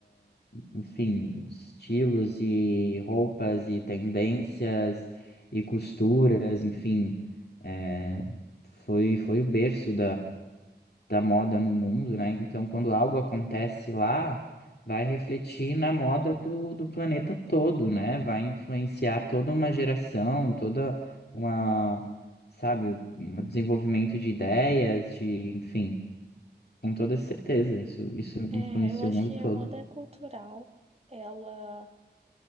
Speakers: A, on the left; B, on the right.
A: Enfim, estilos e roupas e tendências e costuras, enfim. é, Foi, foi o berço da moda no mundo, né? Então, quando algo acontece lá, vai refletir na moda do, do planeta todo, né? Vai influenciar toda uma geração, toda uma, sabe, um desenvolvimento de ideias, de, enfim, com toda certeza, isso, isso influencia
B: É, eu acho
A: o mundo
B: que
A: todo.
B: a moda é cultural. Ela,